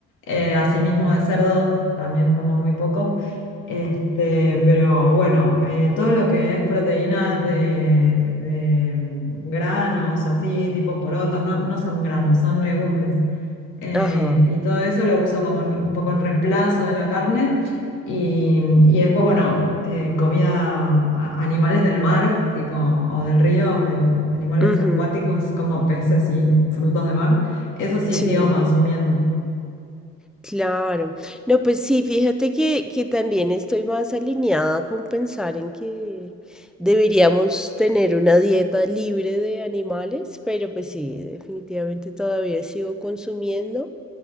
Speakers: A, on the left; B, in the centre.
A: Eh, asimismo de cerdo, también como muy poco. Este, pero bueno, eh, todo lo que es proteínas de, de mm, granos, así, tipo porotos, no, no son granos, son legumbres. Eh,
B: ajá,
A: y todo eso lo uso como en- un poco en reemplazo de la carne. Y, y después, bueno, eh, comida, a- animales del mar, tipo, o del río, del- animales
B: ujú,
A: acuáticos como peces y frutos de mar. Eso sí
B: sí,
A: sigo consumiendo.
B: claro. No, pues sí, fíjate que, que también estoy más alineada con pensar en que deberíamos tener una dieta libre de animales, pero pues sí, definitivamente todavía sigo consumiendo.